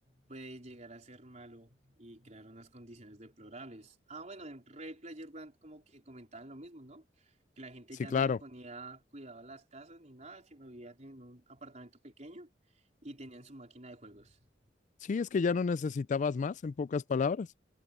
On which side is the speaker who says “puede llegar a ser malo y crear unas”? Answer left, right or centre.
Right